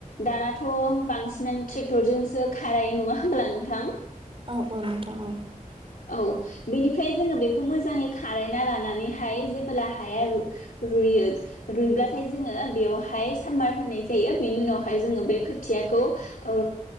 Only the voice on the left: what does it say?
दानाथ' बांसिनानो ट्रेक्टरजोंसो खारायो नङा होमब्ला नोंथां
औ बेनिफ्राय जोङो बेखौ मोजाङै खारायना लानानैहाय जेबोब्ला हाया रुयो रुयब्लाथाय जोङो बेयावहाय सामार होनाय जायो बेनि उनावहाय जोङो बे खोथियाखौ ओ